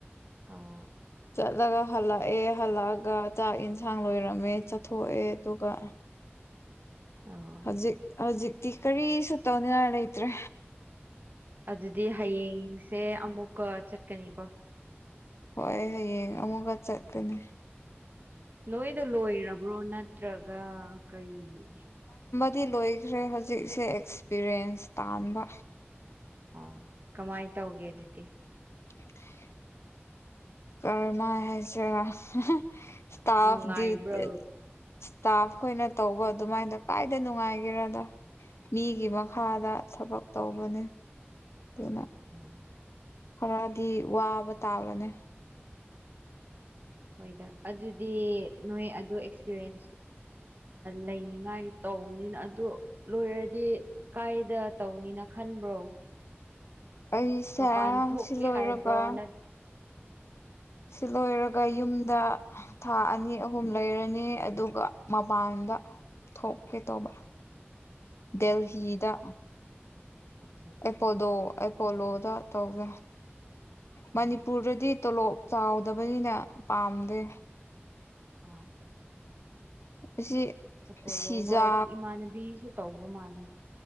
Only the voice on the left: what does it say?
ꯆꯠꯂꯒ ꯍꯜꯂꯛꯑꯦ ꯍꯜꯂꯛꯑꯒ ꯆꯥꯛ ꯌꯦꯟꯁꯥꯡ ꯂꯣꯏꯔ ꯃꯦ ꯆꯠꯊꯣꯛꯑꯦ ꯑꯗꯨꯒ
ꯍꯧꯖꯤꯛ ꯍꯧꯖꯤꯛ ꯤ ꯀꯔꯤꯁꯨ ꯇꯧꯅꯤꯡꯉꯥꯏ ꯂꯩꯇ꯭ꯔꯦ
ꯍꯣꯏ ꯍꯌꯦꯡ ꯑꯃꯨꯛꯀ ꯆꯠꯀꯅꯤ
ꯗꯤ ꯂꯣꯏꯈ꯭ꯔꯦ ꯍꯧꯖꯤꯛꯁꯦ ꯑꯦꯛꯁꯄꯤꯔꯤꯟꯁ ꯇꯥꯟꯕ
<unintelligible> ꯀꯔꯃꯥꯏ ꯍꯥꯏꯁꯔ ꯍ ꯏꯁꯇꯥꯐ
ꯏꯁꯇꯥꯐ ꯈꯣꯏꯅ ꯇꯧꯕ ꯑꯗꯨꯃꯥꯏꯅꯣ ꯀꯥꯏꯗ ꯅꯨꯡꯉꯥꯏ ꯍꯥꯏꯔꯗꯣ ꯃꯤꯒꯤ ꯃꯈꯥꯗ ꯊꯕꯛ ꯇꯧꯕꯅꯦ ꯀ
ꯈꯔꯗꯤ ꯋꯥꯕ ꯇꯥꯕꯅꯤ
ꯑꯩꯁꯦ
ꯁꯤ ꯂꯣꯏꯔꯕ
ꯁꯤ ꯂꯣꯏꯔꯒ ꯌꯨꯝꯗ ꯊꯥ ꯑꯅꯤ ꯑꯍꯨꯝ ꯂꯩꯔꯅꯤ ꯑꯗꯨꯒ ꯃꯄꯥꯟꯗ ꯊꯣꯛꯀꯦ ꯇꯧꯕ
ꯗꯦꯜꯍꯤꯗ
ꯑꯦꯄꯣꯗꯣ ꯑꯦꯄꯣꯂꯣꯗ ꯇꯧꯒ
ꯃꯅꯤꯄꯨꯔꯗꯗꯤ ꯇꯣꯂꯣꯞ ꯆꯥꯎꯗꯕꯅꯤꯅ ꯄꯥꯝꯗꯦ
ꯑꯁꯤ
ꯁꯤꯖꯥ